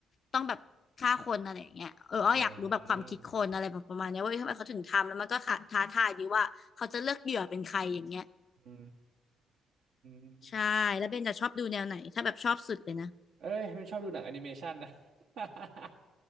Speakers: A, on the left (about 50°); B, on the right (about 75°).
A: ต้องแบบฆ่าคนอะไรอย่างเงี้ยเอออ้ออยากรู้แบบความคิดคนอะไรแบบประมาณเนี้ยว่าเอ้ยทำไมเขาถึงทำแล้วมันก็ท้าท้าทายดีว่าเขาจะเลือกเหยื่อเป็นใครอย่างเงี้ย
B: อืมอืม
A: ใช่แล้วเบนจะชอบดูแนวไหนถ้าแบบชอบสุดเลยนะ
B: เอ้ยเป็นชอบดูหนังแอนิเมชันนะ <laughs>